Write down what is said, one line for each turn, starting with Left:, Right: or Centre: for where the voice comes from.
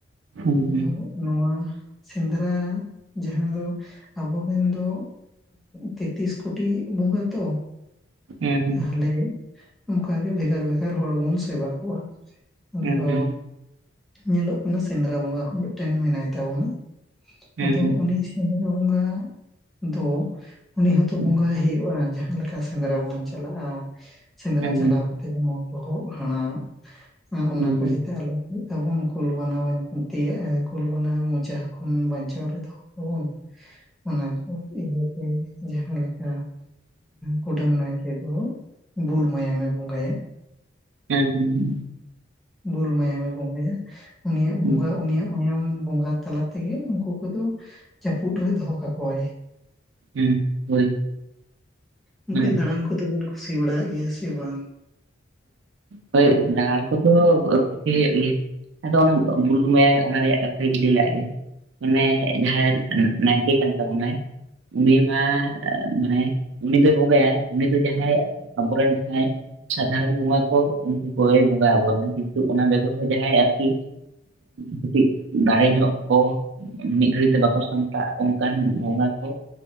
Right: ᱦᱩᱸ ᱦᱩᱸ ᱦᱩᱸ
Centre: ᱫᱚ ᱱᱚᱣᱟ ᱥᱮᱸᱫᱽᱨᱟ ᱡᱟᱦᱟᱸ ᱫᱚ ᱟᱵᱚᱨᱮᱱ ᱫᱚ ᱛᱮᱛᱤᱥ ᱠᱳᱴᱤ ᱵᱚᱸᱜᱟ ᱛᱚ
Right: ᱦᱩᱸ ᱦᱩᱸ
Centre: ᱛᱟᱦᱚᱞᱮ ᱚᱱᱠᱟ ᱜᱮ ᱵᱷᱮᱜᱟᱨ ᱵᱷᱮᱜᱟᱨ ᱦᱚᱲ ᱵᱚᱱ ᱥᱮᱵᱟ ᱠᱚᱣᱟ ᱟᱫᱚ
Right: ᱦᱩᱸ ᱦᱩᱸ
Centre: ᱧᱮᱞᱚᱜ ᱠᱟᱱᱟ ᱥᱮᱸᱫᱽᱨᱟ ᱵᱚᱸᱜᱟ ᱦᱚᱸ ᱢᱤᱫᱴᱮᱱ ᱢᱮᱱᱟᱭ ᱛᱟᱵᱚᱱᱟ
Right: ᱦᱩᱸ ᱦᱩᱸ
Centre: ᱟᱫᱚ ᱩᱱᱤ ᱥᱟᱫᱽᱨᱟ ᱵᱚᱸᱜᱟ ᱫᱚ ᱩᱱᱤ ᱦᱚᱛᱚ
Right: ᱦᱩᱸ
Centre: ᱵᱚᱸᱜᱟᱭ ᱦᱩᱭᱩᱜᱼᱟ ᱡᱟᱦᱟᱸ ᱡᱟᱦᱟᱸ ᱞᱮᱠᱟ ᱥᱮᱸᱫᱽᱨᱟ ᱵᱚᱱ ᱪᱟᱞᱟᱜᱼᱟ ᱥᱮᱸᱫᱽᱨᱟ
Right: ᱦᱩᱸ
Centre: ᱪᱟᱞᱟᱣ ᱠᱟᱛᱮ ᱡᱮᱢᱚᱱ ᱛᱚᱦᱚᱜ ᱦᱟᱸᱲᱟᱜ ᱮᱸ ᱚᱱᱟ
Right: ᱦᱩᱸ ᱦᱩᱸ ᱦᱩᱸ
Centre: ᱠᱚ
Right: ᱦᱩᱸ
Centre: ᱡᱟᱛᱮ ᱟᱞᱚ ᱛᱟᱵᱚᱱ ᱠᱩᱞ ᱵᱟᱱᱟ <unintelligible> ᱛᱤᱭᱟᱜ ᱠᱩᱞ ᱵᱟᱱᱟ ᱢᱚᱪᱟ ᱠᱷᱚᱱ ᱵᱟᱧᱪᱟᱣ ᱨᱮ ᱫᱚᱦᱚ <unintelligible> ᱚᱱᱟ ᱠᱚ ᱤᱭᱟᱹ ᱛᱮ ᱡᱟᱦᱟᱸ ᱞᱮᱠᱟ ᱠᱩᱰᱟᱹᱢ ᱱᱟᱭᱠᱮ ᱫᱚ ᱵᱩᱞ ᱢᱟᱭᱟᱢᱮ ᱵᱚᱸᱜᱟᱭᱟ᱾
Right: ᱦᱮᱸ ᱦᱮᱸ
Centre: ᱵᱞ ᱢᱟᱭᱟᱢᱮ ᱵᱚᱸᱜᱟᱭᱟ ᱩᱱᱤᱭᱟᱜ ᱵᱚᱸᱜᱟ
Right: ᱦᱩᱸ
Centre: ᱩᱱᱤᱭᱟᱜ ᱢᱟᱭᱟᱢ ᱵᱚᱸᱜᱟ ᱛᱟᱞᱟ ᱛᱮᱜᱮ ᱩᱱᱠᱩ ᱠᱚᱫᱚ ᱡᱟᱹᱯᱩᱫ ᱨᱮ ᱫᱚᱦᱚ ᱠᱟᱠᱚᱣᱟᱭ
Right: ᱦᱩᱸ ᱦᱳᱭ
Centre: ᱟᱫᱚ
Right: ᱢᱟᱱᱮ
Centre: ᱠᱩ ᱫᱟᱬᱟᱱ ᱠᱚᱫᱚ ᱵᱚᱱ ᱠᱩᱥᱤ ᱵᱟᱲᱟᱜ ᱜᱮᱭᱟ ᱥᱮ ᱵᱟᱝ? <inaudible>
Right: ᱦᱳᱭ ᱫᱟᱬᱟ ᱠᱚᱫᱚ <unintelligible> ᱦᱮᱸ ᱟᱫᱚ ᱚᱱᱟ ᱵᱩᱞ ᱢᱮᱟᱭᱟ ᱚᱱᱟ ᱨᱮᱭᱟᱜ ᱠᱟᱛᱷᱟᱜ ᱞᱟᱹᱭ ᱞᱟᱫ ᱜᱮ ᱢᱟᱱᱮ ᱡᱟᱦᱟᱸ ᱛᱟᱵᱚᱱᱟᱭ ᱩᱱᱤ ᱢᱟ ᱢᱟᱱᱮ ᱩᱱᱤ ᱫᱚᱭ ᱵᱚᱸᱜᱟᱭᱟ ᱩᱱᱤ ᱫᱚ ᱡᱟᱦᱟᱸᱭ ᱟᱵᱚᱨᱮᱱ ᱡᱟᱦᱟᱭ ᱥᱟᱫᱷᱟᱨᱚᱱ ᱵᱚᱸᱜᱟ ᱠᱚ ᱩᱱᱠᱩ ᱠᱚᱭ ᱵᱚᱸᱜᱟ ᱟᱠᱚ ᱠᱟᱱᱟ ᱠᱤᱱᱛᱩ ᱚᱱᱟ ᱵᱮᱜᱚᱨ ᱦᱚᱸ ᱡᱟᱦᱟᱸᱭ ᱟᱨᱠᱤ ᱠᱟᱹᱴᱤᱡ ᱫᱟᱲᱮ ᱧᱚᱜ ᱠᱚ ᱢᱤᱫ ᱜᱷᱟᱹᱲᱤ ᱛᱮ ᱵᱟᱠᱚ ᱥᱟᱢᱴᱟᱜ ᱚᱱᱠᱟᱱ ᱵᱚᱸᱜᱟ ᱠᱚ